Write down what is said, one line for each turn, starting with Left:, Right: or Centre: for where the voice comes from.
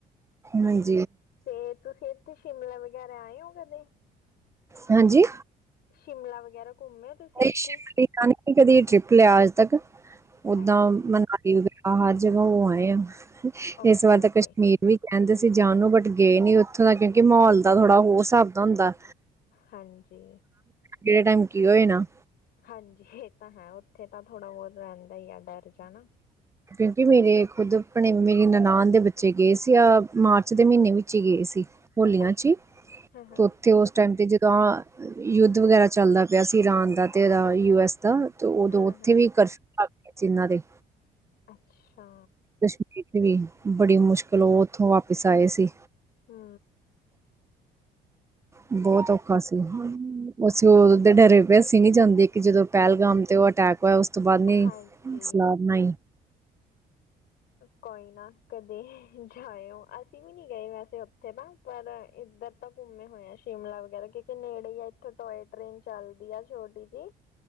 Right: ਹਾਜੀ।
Left: ਫੇਰ ਤੁਸੀਂ ਤੁਸੀਂ ਸ਼ਿਮਲਾ, ਵਗੈਰਾ ਆਏ ਹੋ ਕਦੇ।
Right: ਹਾਂਜੀ
Left: ਸ਼ਿਮਲਾ ਵਗੈਰਾ ਘੁੰਮਿਓ ਤੁਸੀਂ
Right: ਨਹੀਂ
Left: ਇੱਥੇ।
Right: ਸ਼ਿਮਲੇ ਦਾ ਨੀ ਕਦੀ ਟ੍ਰਿਪ ਲਿਆ ਅੱਜ ਤੱਕ ਓਦਾਂ
Left: ਅੱਛਾ
Right: ਮਨਾਲੀ, ਵਗੈਰਾ ਆਜ ਵਹੋ ਆਏ ਆ।
Left: ਓਕੇ
Right: ਇਸ ਵਾਰ
Left: ਓਕੇ
Right: ਤਾਂ ਕਸ਼ਮੀਰ, ਵੀ ਕਹਿੰਦੇ ਅਸੀ ਜਾਣ ਨੂੰ ਬਟ ਗਏ ਨੀ ਉੱਥੋਂ ਦਾ ਕਿਉਕਿ ਮਾਹੌਲ ਦਾ ਥੋੜਾ ਹੋ ਹਿਸਾਬ ਦਾ ਹੁੰਦਾ।
Left: ਹਾਂਜੀ
Right: ਕਿਹੜੇ ਟਾਈਮ ਕੀ ਹੋਵੇ ਨਾ।
Left: ਹਾਂਜੀ ਇਹ ਤਾਂ ਹੈ ਉਥੇ ਤਾਂ ਥੋੜਾ ਬਹੁਤ ਰਹਿੰਦਾ ਹੀ ਆ ਡਰ। ਜਾਣਾ
Right: ਕਿਉਕਿ ਮੇਰੇ ਖੁਦ ਆਪਣੇ ਮੇਰੀ ਨਣਾਨ ਦੇ ਬੱਚੇ ਗਏ ਸੀ ਆਹ ਮਾਰਚ ਦੇ ਮਹੀਨੇ ਵਿੱਚ ਹੀ ਗਏ ਸੀ। ਹੋਲੀਆਂ
Left: ਅੱਛਾ
Right: ਚ
Left: ਹਾਂ ਹਾਂ
Right: ਤੇ ਉੱਥੇ ਉਸ ਟਾਈਮ ਤੇ ਜ ਤਾਂ ਯੁੱਧ ਵਗੈਰਾ ਚੱਲਦਾ ਪਿਆ ਸੀ ਇਰਾਨ ਦਾ ਤੇ ਇਹਦਾ ਯੂ ਐੱਸ ਦਾ। ਤੇ ਉਦੋਂ
Left: ਹਾਂ
Right: ਉੱਥੇ
Left: ਹਾਂ
Right: ਵੀ ਕਸ਼ ਚਿੰਨ੍ਹਾਂ ਦੇ
Left: ਅੱਛਾ
Right: ਕਸ਼ਮੀਰ ਵੀ ਬੜੀ ਮੁਸ਼ਕਿਲ ਉਹ ਉੱਥੋਂ ਵਾਪਿਸ ਆਏ ਸੀ।
Left: ਹੂੰ
Right: ਬਹੁਤ ਔਖਾ ਸੀ ਅਸੀ ਉਹਦੇ ਡਰੇ ਵਸੀ ਨਹੀਂ ਜਾਂਦੀ ਕਿ ਜਦੋਂ ਪਹਿਲਗਾਮ ਤੇ ਉਹ ਅਟੈਕ ਹੋਇਆ ਉਸ ਉਸ ਤੋਂ ਬਾਅਦ ਨਹੀ
Left: ਹਾਂਜੀ
Right: ਸਲਾਹ ਬਣਾਈ।
Left: ਕੋਈ ਨਾ ਕਦੇ ਜਾਇਓ ਅ ਸੀ ਵੀਂ ਨੀ ਗਏ ਵੈਸੇ ਉੱਥੇ ਨਾ ਪਰ ਐ ਏਧਰ ਤਾਂ ਘੁੰਮੇ ਹੋਏ ਆ ਸ਼ਿਮਲਾ ਵਗੈਰਾ ਕਿਉਂਕਿ ਨੇੜੇ ਈ ਆ ਇੱਥੋਂ ਟੋਏ ਟ੍ਰੇਨ ਚੱਲਦੀ ਆ ਛੋਟੀ ਜੀ।